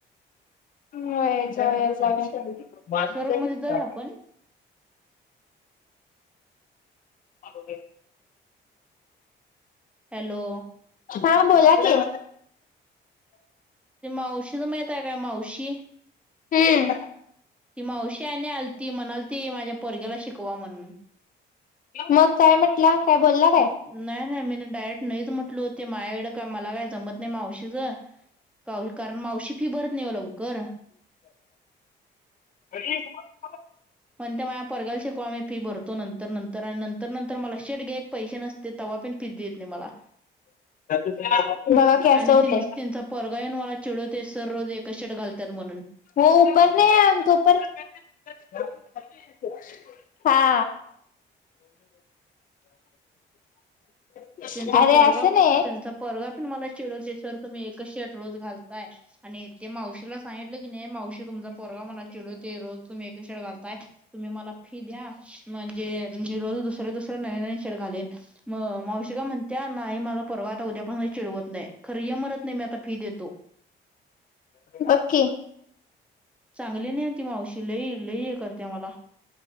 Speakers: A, on the left; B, in the centre.
A: व्हय जाऊया जाऊया.
B: स्वर्ग मध्ये जाऊया आपण
A: हा कुठे?
B: हॅलो
A: हा बोला की.
B: ते मावशीच मायताय का मावशी?
A: हम्म.
B: ती मावशी आणि आलती म्हणाल ती माझ्या पोरग्याला शिकवा म्हणून.
A: मग काय म्हटलं, काय बोलला काय?
B: नाही नाही, मीन डायरेक्ट नाहीच म्हटल होते, माझ्याकडे का मला काय जमत नाही मावशीचं. काशी <unintelligible> कारण मावशी फी भरत नाही लवकर.
A: <unintelligible>
B: म्हणते माया पोरग्याला शिकवा आम्ही फी भरतो नंतर नंतर आणि नंतर नंतर मला शेट घेत पैसे नसत ते तवा पण पि देत नाही मला
A: बघा की असं
B: आणि
A: होतंय
B: त्यांचं त्याच पोरगायना मला चिडवतो सर रोज एकाच शर्ट घालत्यात म्हणून.
A: हो उपर नाही आहेपर <unintelligible> हा <unintelligible>
B: त्यांचा
A: अरे
B: पोरगा
A: असं
B: पण
A: नाही
B: त्यांचा पोरगा पण मला चिडवते सर तुम्ही एकच शर्ट रोज घालताय आणि ते मावशीला सांगितलं की नाही मावशी तुमचा पोरगा मला चिडू ते रोज तुम्ही एकच शर्ट घालताय. तुम्ही मला फी द्या म्हणजे मी रोज दुसर दुसर नवेन नवीन शर घालीन. म मावशी का म्हणत्या नाही मला परवा आता उद्यापासून चिडवत नाही खरं य म्हणत नाही मी आता फी देतो.
A: बघ की.
B: चांगली नाहीय ती मावशी लई लई ह्य करते मला.